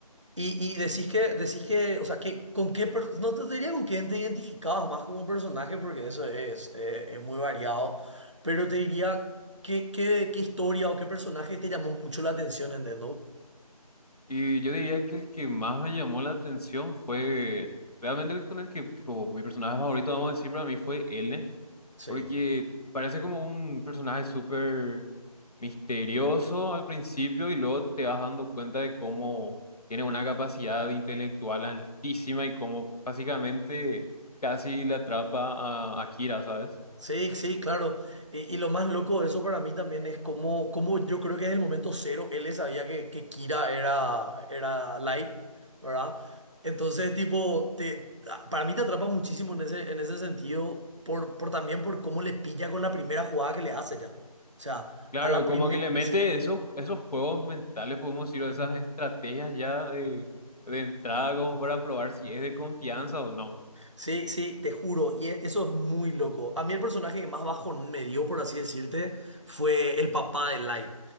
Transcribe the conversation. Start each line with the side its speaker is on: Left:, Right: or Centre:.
Right: Y, y decís que, decís que, o sea, que con qué, per- no te diría con quién te identificabas más como personaje, porque eso es, eh, es muy variado, pero te diría qué, qué, qué historia o qué personaje te llamó mucho la atención, ¿entendés? ¿No?
Left: Y yo diría que el que más me llamó la atención fue realmente el con el que, tipo, mi personaje favorito, vamos a decir, para mí fue L,
Right: Sí.
Left: porque parece como un personaje súper misterioso al principio y luego te vas dando cuenta de cómo tiene una capacidad intelectual altísima y cómo básicamente casi le atrapa a Akira, ¿sabes?
Right: Sí, sí, claro. Y, y lo más loco de eso para mí también es como, como yo creo que desde el momento cero él sabía que, que Kira era, era Light, ¿verdad? Entonces, tipo, te, para mí te atrapa muchísimo en ese, en ese sentido, por, por también por cómo le pilla con la primera jugada que le hace ya. O sea,
Left: Claro,
Right: a la primera.
Left: como que le mete
Right: <laughs>
Left: esos, esos juegos mentales, podemos decir, o esas estrategias ya de, de entrada como para probar si es de confianza o no.
Right: Sí, sí, te juro, y e- eso es muy loco. A mí el personaje que más bajo me dio, por así decirte, fue el papá de Light.